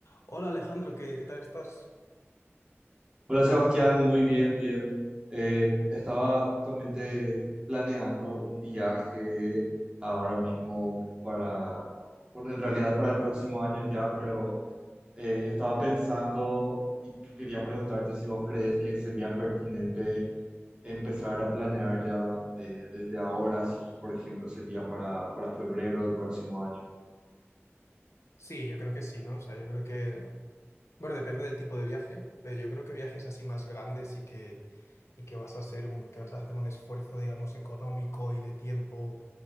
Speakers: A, on the left; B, on the right.
A: Hola Alejandro, ¿qué, qué tal estás?
B: Hola Sebastián, muy bien, bien. Eh, estaba justamente planeando un viaje ahora mismo para, bueno, en realidad para el próximo año ya, pero eh, estaba pensando y quería preguntarte si vos crees que sería pertinente empezar a planear ya eh, desde ahora, si por ejemplo sería para, para febrero del próximo año.
A: Sí, yo creo que sí, ¿no? O sea, yo creo que, bueno, depende del tipo de viaje, pero yo creo que viajes así más grandes y que, y que vas a hacer un, que vas a hacer un esfuerzo, digamos, económico y de tiempo